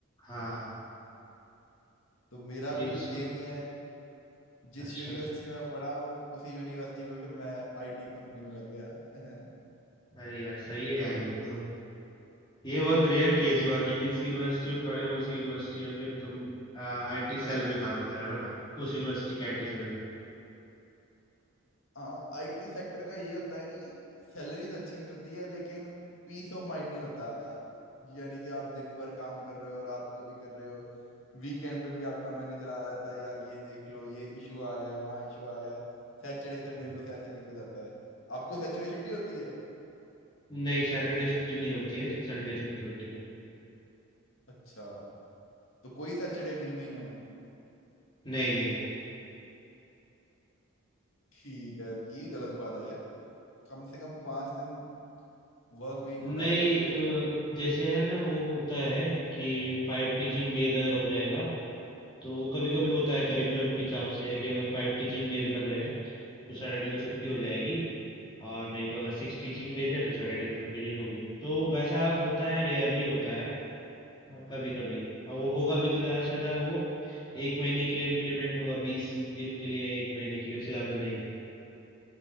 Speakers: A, on the left; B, on the left.
A: हाँ
B: तो मेरा
A: जिस
B: भी कुछ
A: स्कूल
B: सेम ही है जिस
A: अच्छा
B: यूनिवर्सिटी में मैं पढ़ा हूँ उसी यूनिवर्सिटी में फिर मैं आईटी कंपनी में लग गया <laughs>
A: अरे यार सही है यार ये तो ये बहुत रेयर केस हुआ कि जिस यूनिवर्सिटी में पढ़े हो उसी यूनिवर्सिटी में फिर तुम आईटी सेल में काम कर रहे हो ना उस यूनिवर्सिटी के आईटी सेल में
B: हाँ आईटी सेक्टर का ये होता है कि सैलरी तो अच्छी मिलती है लेकिन पीस ऑफ माइंड नहीं होता यानी कि आप दिन भर काम कर रहे हो रात को भी कर रहे हो वीकेंड पे भी आपका मैनेजर आ जाता है यार ये देख लो ये इशू आ गया है वहाँ इशू आ गया है सैटरडे संडे
A: हम्म।
B: बस ऐसे निकल जाता है आपको सैटरडे छुट्टी होती है
A: नहीं सैटरडे छुट्टी नहीं होती है संडे छुट्टी होती है
B: अच्छा तो कोई सैटरडे नहीं महीने में
A: नहीं नहीं
B: ठीक है ये गलत बात है यार कम से कम पांच दिन वर्क वीक होना
A: नहीं
B: चाहिए
A: अ, जैसे है ना वो होता है कि फाइव टीचिंग डेज अगर हो जाएगा तो वो कभी कभी होता है करिकुलम के हिसाब से है कि अगर फाइव टीचिंग डेज लग रहे हैं तो सैटरडे को छुट्टी हो जाएगी और नहीं तो अगर सिक्स टीचिंग डेज है तो सैटरडे को छुट्टी नहीं होगी तो वैसा होता है रेयरली होता है हाँ कभी कभी और वो होगा भी तो ज्यादा से ज्यादा वो एक महीने के लिए इम्प्लीमेंट होगा बीस दिन के लिए एक महीने के लिए उससे ज्यादा नहीं